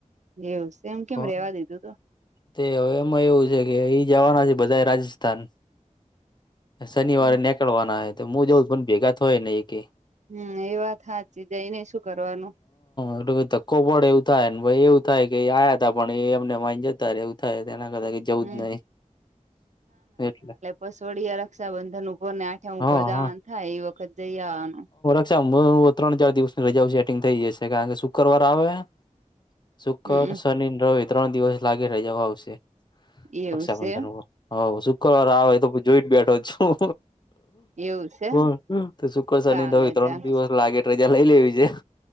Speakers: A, on the right (about 65°); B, on the left (about 35°).
A: એવું છે એમ કેમ
B: કોણ
A: રેવા દીધું તું.
B: તે હવે એમાં એવું છે કે ઈ જવાના છે બધા રાજસ્થાન. શનિવારે
A: એમ
B: નેકળવાના હે તો હું જઉં પણ ભેગા થોય નઈ એકે.
A: હમ્મ એ વાત હાચી જયનેય શું કરવાનું.
B: <unintelligible> ધક્કો પણ એવું થાય ને પઈ એવું થાય કે એ આયા હતા પણ એમનેમ માઈ ન જતા રયા એવું થાય એના કરતા કીધ જવું
A: હમ
B: જ નહી એટલે
A: બસવડી આ રક્ષાબંધન ઉપર ને આઠમ
B: હા
A: ઉપર જાવાનું
B: હા
A: થાય એ વખત જઈ આવવાનું
B: સાંભડ ત્રણ ચાર દિવસની રજાઓ સેટિંગ થઈ જશે કારણ કે શુકવાર આવે હે શુક્કર,
A: હમ
B: શનિ ને રવિ ત્રણ દિવસ લાગે રજાઓ આવશે.
A: એવું
B: રક્ષાબંધન
A: છે
B: ઉપર હઓ શુક્રવાર આવે તો હુ જોઈન બેઠો છું.
A: એવું છે
B: પણ શુક્ર શનિ
A: ચાલે
B: ને રવી ત્રણ
A: ચાલે
B: દિવસ લાગે રજા લઈ લેવી જોઇઍ